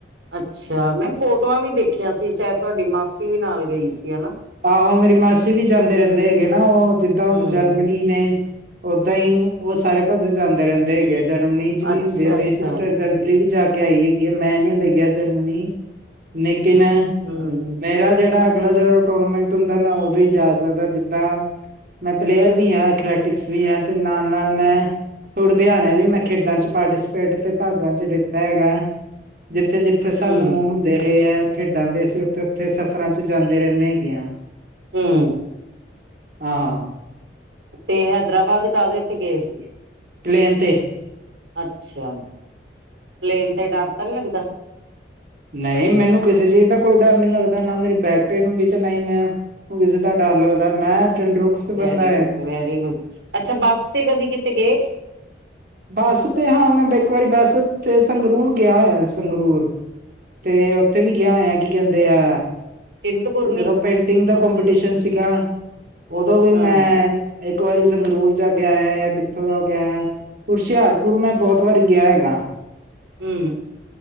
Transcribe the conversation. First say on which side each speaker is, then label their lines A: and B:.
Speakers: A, on the right (about 85°); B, on the right (about 50°).
A: ਅੱਛਾ ਮੈਂ ਫੋਟੋਆਂ ਵੀ ਦੇਖੀਆਂ ਸੀ ਸ਼ਾਇਦ ਤੁਹਾਡੀ ਮਾਸੀ ਵੀ ਨਾਲ ਗਈ ਸੀ ਹਨਾ।
B: ਆਹੋ ਮੇਰੀ ਮਾਸੀ ਵੀ ਜਾਂਦੇ ਰੈਦੇ ਹੈਗੇ ਨਾ ਓ ਜਿੱਦਾਂ
A: ਹੂੰ
B: ਹੁਣ ਜਰਮਨੀ ਨੇ ਓਦਾਂ ਈ ਓ ਸਾਰੇ ਪਾਸੇ ਜਾਂਦੇ। ਰਹਿੰਦੇ ਹੈਗੇ ਆ ਜਰਮਨੀ ਚ ਵੀ
A: ਅੱਛਾ
B: ਹੁੰਦੇ ਆ ਮੇਰੀ
A: ਅੱਛਾ
B: ਸਿਸਟਰ <unintelligible> ਵੀ ਜਾ ਕੇ ਕੇ ਆਈ ਹੈਗੀ ਆ ਮੈਂ ਨੀ ਹਲੇ ਗਿਆ ਜਰਮਨੀ ਲੇਕਿਨ
A: ਹੂੰ
B: ਮੇਰਾ ਜੇੜਾ ਅਗਲਾ ਜੇੜਾ ਟੂਰਨਾਮੈਂਟ ਹੁੰਦਾ ਮੈਂ ਓਦੋਂ ਈ ਜਾ ਸਕਦਾ ਜਿੱਦਾਂ ਮੈਂ ਪਲੇਅਰ ਵੀ ਆ, ਅਥਲੈਟਿਕਸ ਵੀ ਆ, ਤੇ ਨਾਲ ਨਾਲ ਮੈਂ ਲੁਧਿਆਣੇ ਵੀ ਮੈਂ ਖੇਡਾਂ ਚ ਪਾਰਟੀਸਪੇਟ ਤੇ ਭਾਗਾਂ ਚ ਲੀਤਾ ਹੈਗਾ ਜਿੱਥੇ-ਜਿੱਥੇ ਸਾਨੂੰ
A: ਹੂੰ
B: ਹੁੰਦੇ ਰੇ ਆ ਖੇਡਾਂ ਦੇ ਅਸੀਂ ਓਥੇ-ਓਥੇ ਸਫ਼ਰਾਂ ਚ ਜਾਂਦੇ ਰੇਨੇ ਗਿਆਂ।
A: ਹੂੰ,
B: ਹਾਂ-ਹਾਂ
A: ਤੇ ਹੈਦਰਾਬਾਦ ਕਾਹਦੇ ਤੇ ਗਏ ਸੀ।
B: ਪਲੇਨ ਤੇ।
A: ਅੱਛਾ ਪਲੇਨ ਤੇ ਡਰ ਤਾਂ ਨੀ ਲੱਗਦਾ।
B: ਨਈ ਮੈਨੂੰ ਕਿਸੇ ਚੀਜ਼ ਦਾ ਕੋਈ ਡਰ ਨੀ ਲੱਗਦਾ ਨਾ ਮੇਰੀ ਬੈਕ ਪੇਨ ਹੁੰਦੀ ਤੇ ਨਾ ਮੈਂ ਕਿਸੇ ਦਾ ਡਰ ਲੱਗਦਾ ਮੈਂ ਤੰਦਰੁਸਤ
A: ਵੈਰੀ
B: ਬੰਦਾ ਹੈ
A: ਗੁਡ ਵੈਰੀ ਗੁਡ ਅੱਛਾ ਬੱਸ ਤੇ ਕਦੀ ਕਿਤੇ ਗਏ।
B: ਬੱਸ ਤੇ ਹਾਂ ਮੈਂ ਇੱਕ ਵਾਰੀ ਬੱਸ ਤੇ ਸੰਗਰੂਰ ਗਿਆ ਹੋਇਆ ਸੰਗਰੂਰ। ਤੇ ਓਥੇ ਵੀ ਗਿਆ ਹੋਇਆ ਕੀ ਕਹਿੰਦੇ ਆ
A: ਚਿੰਤਪੁਰਨੀ
B: ਜਦੋਂ ਪੇਂਟਿੰਗ ਦਾ ਕੋਪੀਟੀਸ਼ਨ ਸੀਗਾ, ਉਦੋਂ ਵੀ
A: ਹਾਂ
B: ਮੈਂ ਇੱਕ ਇਕ ਵਾਰੀ ਸੰਗਰੂਰ ਜਾ ਕੇ ਆਇਆ ਜਾਂ ਕਿੱਥੋਂ ਆ ਕੇ ਆਇਆਂ। ਹੁਸ਼ਿਆਰਪੁਰ ਮੈਂ ਬੋਤ ਵਾਰ ਗਿਆ ਹੈਗਾ।
A: ਹੂੰ,